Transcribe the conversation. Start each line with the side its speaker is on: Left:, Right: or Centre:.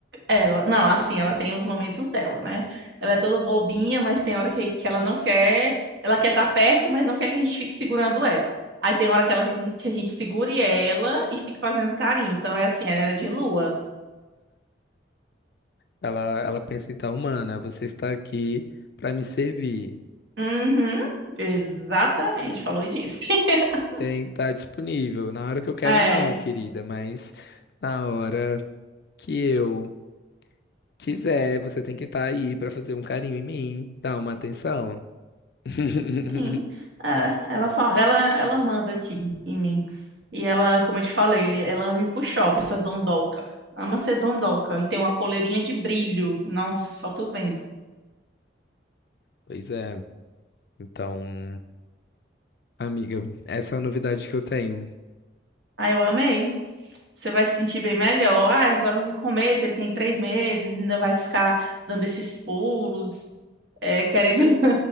Right: Ela, não, assim, ela tem os momentos dela, né? Ela é toda bobinha, mas tem hora que, que ela não quer, ela quer estar perto, mas não quer que a gente fique segurando ela. Aí tem hora que ela quer que a gente que a gente segure ela e fique fazendo carinho. Então é assim, ela é de lua.
Left: Ela, ela pensa, então, humana, você está aqui para me servir.
Right: Uhum, exatamente, falou e disse. <laughs>
Left: Tem que estar disponível. Na hora que eu quero,
Right: É.
Left: não, querida, mas na hora que eu quiser, você tem que estar aí para fazer um carinho em mim, dar uma atenção. <laughs>
Right: Sim. É, ela fala, ela, ela manda aqui em mim. E ela, como eu te falei, ela me puxou pra essa dondoca. Ama ser dondoca. E tem uma coleirinha de brilho. Nossa, só tô vendo.
Left: Pois é. Então, amiga, essa é a novidade que eu tenho.
Right: Ah, eu amei. Você vai se sentir bem melhor. Ah, agora no começo ele tem três meses, ainda vai ficar dando esses pulos, é, querendo